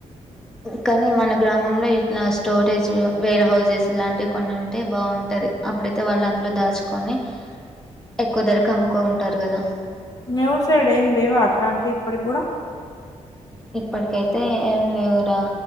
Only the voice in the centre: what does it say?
కానీ మన గ్రామంలో ఇట్లా స్టోరేజ్ వేర్ హౌజెస్ లాంటివి కొన్ని ఉంటే బాగుంటది అప్పుడైతే వాళ్ళు అందులో దాచుకొని ఎక్కువ ధరకు అమ్ముకో ఉంటారు కదా
ఇప్పటికైతే ఏం లేవురా